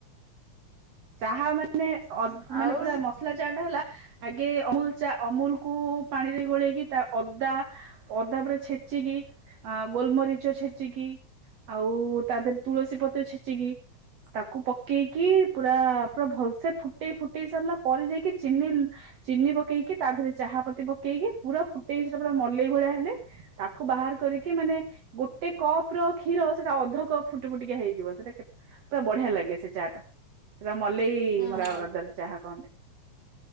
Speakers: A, on the right (about 60°); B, on the right (about 20°).
A: ଚାହା ମାନେ ଅଦ୍ - ମାନେ
B: ଆଉ
A: ପୁରା ମସ୍ ଶୁଖିଲା ଚା ଟା ହେଲା ଆଗେ ଅମୁଲ ଚା ଅମୁଲକୁୁ ପାଣିରେ ଗୋଳେଇକି ତା ଅଦା ଅଦା ପୁରା ଛେଚିକି ଅ-ଗୋଲମରିଚ ଛେଚିକି। ଆଉ ତା ଦେହରେ ତୁଳସୀ ପତ୍ର ଛେଚିକି ତାକୁ ପକେଇକି ପୁରା ପୁରା ଭଲସେ ଫୁଟେଇ ଫୁଟେଇ ସାରିଲା ପରେ ଯାଇକି ଚିନି ଲୁ ଚିନି ପକେଇକି ତା ଦେହରେ ଚାହା ପତି ପକେଇକି, ପୁରା ଫୁଟେଇକି ସେଟା ପୁରା ମଲେଇ ଭଳିଆ ହେଲେ ତାକୁ ବାହାର କରିକି ମାନେ ଗୋଟେ କପ ର କ୍ଷୀର ସେଇଟା ଅଧ କପ୍ ଫୁଟି ଫୁଟିକିଆ ହେଇଯିବ ସେଇଟା କେ ପୁରା ବଢ଼ିଆ ଲାଗେ ସେ ଚାହା ଟା ସେଟା ମଲେଇ
B: ହୁଁ
A: ମରା
B: ହୁଁ
A: ଅଦାର ଚାହା କହନ୍ତି।